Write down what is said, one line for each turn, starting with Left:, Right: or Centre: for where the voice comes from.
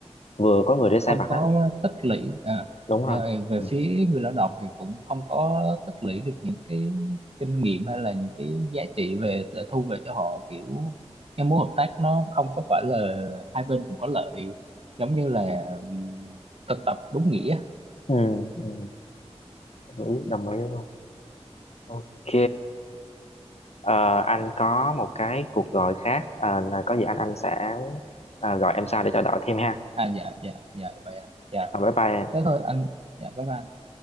Left: vừa có người để
Right: không
Left: sai vặt
Right: có
Left: á
Right: tích lũy à,
Left: đúng
Right: về
Left: rồi
Right: về
Left: ừ
Right: phía người lao động thì cũng không có tích lũy được những cái kinh nghiệm hay là những cái giá trị về để thu về cho họ kiểu cái mối hợp tác nó không có phải là hai bên cùng có lợi giống như là ừm, thực tập đúng nghĩa
Left: ừ, ừ. đồng ý đồng ý luôn ok Ờ, anh có một cái cuộc gọi khác Ờ, là có gì anh anh sẽ ờ, gọi em sau để trao đổi thêm ha
Right: à dạ dạ dạ vậy ạ dạ
Left: Ờ, bye bye
Right: thế thôi anh dạ bye bye